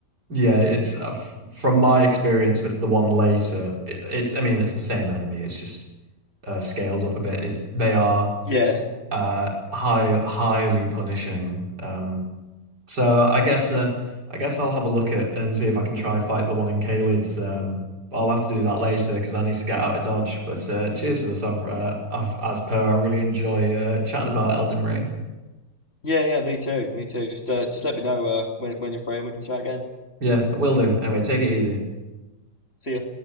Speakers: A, on the right; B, on the left.
A: Yeah, it's uh, f from my experience with the one later. It, it's, I mean, it's the same enemy. It's just uh, scaled up a bit. It's they are
B: Yeah,
A: uh, high, highly punishing. Um, So I guess uh, I guess I'll have a look at and see if I can try fight the one in Caelid's. Um, but I'll have to do that later because I need to get out of Dodge. But uh, cheers for this, I've, uh, I've, as per. I really enjoy uh, chatting about Elden Ring.
B: yeah, yeah. Me too, me too. Just uh, just let me know uh, when when you're free and we can chat again.
A: Yeah, will do. Anyway, take it easy.
B: See ya.